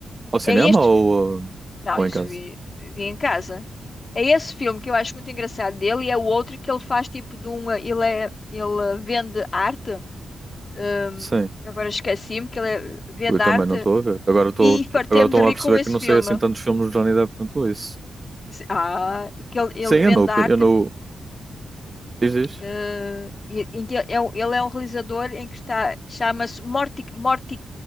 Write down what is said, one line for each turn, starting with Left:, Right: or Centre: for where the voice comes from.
Right: Ao cinema
Left: É este.
Right: ou,
Left: fi- Não,
Right: ou
Left: isso
Right: em casa?
Left: vi, vi em casa. É esse filme que eu acho muito engraçado dele e é o outro que ele faz tipo de um. eh, Ele, é, ele vende arte. hum,
Right: Sim,
Left: agora esqueci-me que ele é- vende
Right: eu também
Left: arte
Right: não estou a ver. Agora estou
Left: e fartei-me
Right: agora estou
Left: de rir
Right: a perceber
Left: com esse
Right: que não
Left: filme.
Right: sei assim tantos filmes de Johnny Depp quanto isso.
Left: Se- Ah, e que ele, ele
Right: Sim,
Left: vende
Right: eu não,
Left: arte.
Right: eu não. Diz, diz.
Left: eh, e- em que ele é, um- ele é um realizador em que está, chama-se Morty, Morty,